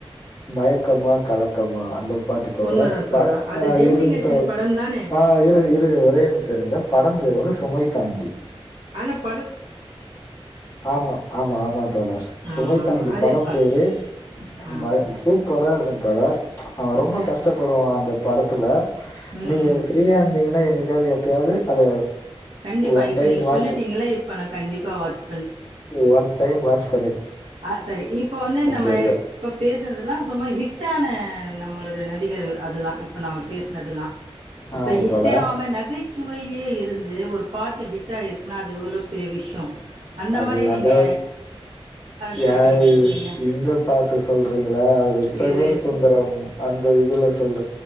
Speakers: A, on the left; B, on the right.
A: மயக்கமா கலக்கமா அந்த பாட்டுத்தோழர்
B: உண்மதா தோழா அது ஜெமினிகேஷன்
A: இருங்க
B: படம் தானே
A: ஆஹ் இரு இருங்க தோழர் என்னும் சருங்க படம் பேர் வந்து சுமைதாங்கி
B: ஆனப்
A: ஆம்மா ஆம்மா ஆம்மா தோழர் சுமைதாங்கி
B: ஆமா ஆமா அதையு
A: படம்
B: பாத்துருக்கே
A: பேரு
B: ஆ
A: மய் சூப் பரா இருக்கும் தோழர் அவன்
B: உண்மையா
A: ரொம்போ கஷ்டப்படுவான்
B: தோழா
A: அந்த படத்துல
B: ம்
A: நீங்க ஃப்ரீயா இருந்தீங்ன்னா என்னக்காது எப்பயாது அத
B: கண்டிப்பா
A: ஒன்
B: இப்ப
A: டைம்
B: நீங்க
A: வாட்ச்
B: சொல்லிட்டீங்களா இப் ப நா கண்டிப்பாக வாச்சி
A: ஒன் டைம் வாச்சிப்
B: அஹ் செரி இப்ப வந்து நம்ம
A: தெரியு
B: இப் இப்ப பேசுனதுல்லா சும்மா ஹிட் டான நம்மளுடைய நடிகர்கள் அதெலா இப்போ நம்ம பேசினதெல்லா இப்ப
A: ஆமாம்
B: ஹிட்டே
A: தோழர்
B: ஆவம நகைச்சுவையிலயே இருந்து ஒரு பாட்டு ஹிட்டாயிருக்குன்னா அது எவ்ளோ பெரிய விஷ்யம் அந்த
A: அது
B: மாரி நீங்க
A: அந்த
B: நெனைக்கிறீங்க
A: யாரு
B: சொல்லுங்க
A: இந்த பா பாத்து சொல்றீங் ளா அவரு சர்வர்
B: எது
A: சுந்தரம் அந்த இதுல சொல்